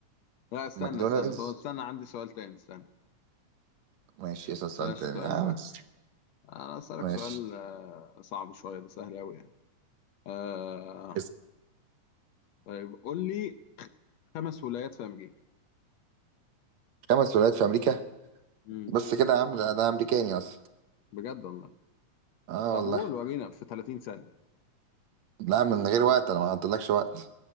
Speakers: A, on the left; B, on the right.
A: لا استنى
B: ماكدونالدز
A: استنى طب استنى عندي سؤال تاني استنى
B: ماشي اسأل سؤال
A: بلاش
B: تاني
A: السؤال
B: آه،
A: ده
B: بس.
A: انا اسالك
B: ماشي
A: سؤال آه، صعب شويه ده سهل قوي يعني آه
B: اسأل.
A: طيب قول لي خمس ولايات في امريكا
B: خمس ولايات في أمريكا
A: امم
B: بس كده يا عم ده ده أمريكاني أصلا
A: بجد والله
B: اه
A: طب
B: والله
A: قول ورينا في 30 ثانيه
B: لا من غير وقت انا ما حطيتلكش وقت